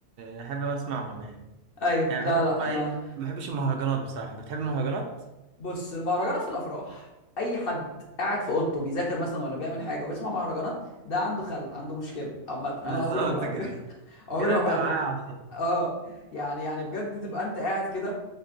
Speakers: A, on the right; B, on the left.
A: بحب اوي اسمعهم يعني
B: ايوه
A: يعني
B: لا
A: بحس ان
B: لا
A: هما
B: انا
A: ايه ما بحبش المهرجانات بصراحه انت بتحب المهرجانات
B: بص المهرجانات في الافراح اي حد قاعد في اوضته بيذاكر مثلا ولا بيعمل حاجه ويسمع مهرجانات ده عنده خلل عنده مشكله عامه انا
A: بالظبط
B: عمري ما بعترف
A: كده
B: <laughs> عمري
A: كده
B: ما
A: انت
B: بعترف
A: معايا على الخط
B: اه يعني يعني بجد تبقى انت قاعد كده